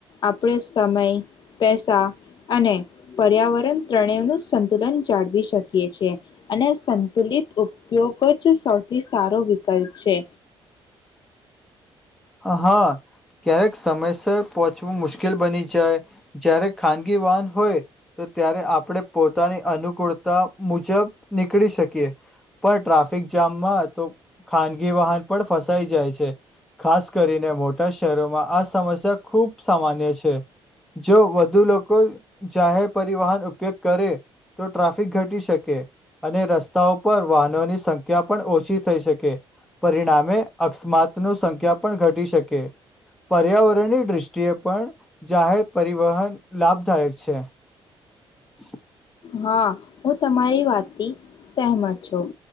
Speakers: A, on the left (about 45°); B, in the centre.
A: આપણે સમય પેસા અને પર્યાવરણ ત્રણેય નું સંતુલન જાળવી શકીએ <unintelligible> છે અને સંતુલિત ઉપયોગ જ સૌથી સારો વિકલ્પ છે.
B: હા ક્યારેક સમયસર પહોંચવું મુશ્કેલ બની જાય જ્યારે ખાનગી વાહન હોય તો ત્યારે આપણે પોતાની અનુકૂળતા મુજબ નીકળી શકીએ પણ ટ્રાફિક જામમાં તો ખાનગી વાહન પણ ફસાઈ જાય છે. ખાસ કરીને મોટા શહેરોમાં આ સમસ્યા ખુબ સામાન્ય છે જો વધુ લોકો જાહેર પરિવહન ઉપયોગ કરે તો ટ્રાફિક ઘટી શકે અને રસ્તાઓ પર વાહનોની સંખ્યા પણ ઓછી થઈ શકે પરિણામે અકસ્માતનું જગ્યા પણ ઘટી શકે પર્યાવરણની દ્રષ્ટિએ પણ જાહેર પરિવહન લાભદાયક છે. <inaudible>
A: હા હું તમારી વાતથી સહમત છું.